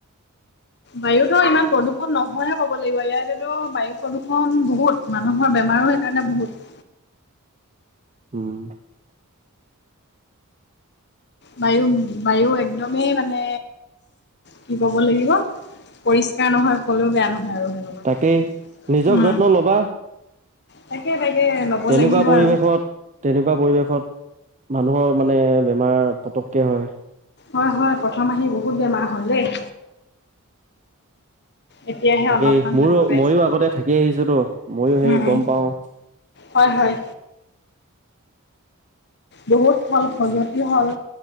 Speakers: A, on the left; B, on the right.
A: বায়ুতো ইমান প্ৰদূষণ নহয়হে ক'ব লাগিব, ইয়াতেতো বায়ু প্ৰদূষণ বহুত। মানুহৰ বেমাৰো সেইকাৰণে বহুত।
B: উম।
A: বায়ু, বায়ু একদমেই মানে কি ক'ব লাগিব? পৰিষ্কাৰ নহয় ক'লেও বেয়া নহয় আৰু সেনেকুৱা।
B: তাকেই নিজক
A: উম।
B: যত্ন ল'বা
A: তাকে, তাকে, ল'ব
B: তেনেকুৱা
A: লাগিব
B: পৰিৱেশত
A: আৰু।
B: তেনেকুৱা পৰিৱেশত মানুহৰ মানে বেমাৰ পতককে হয়।
A: হয়, হয়, প্ৰথম আহি বহুত বেমাৰ হ'ল দেই। এতিয়াহে
B: তাকেই,
A: অলপমান
B: মোৰো
A: শান্তি পাইছো
B: মইো আগতে থাকি আহিছো তো, ময়ো
A: উম
B: সেই
A: উম
B: গম পাও।
A: হয়, হয়। বহুত হ'ল খজুৱতি হ'ল,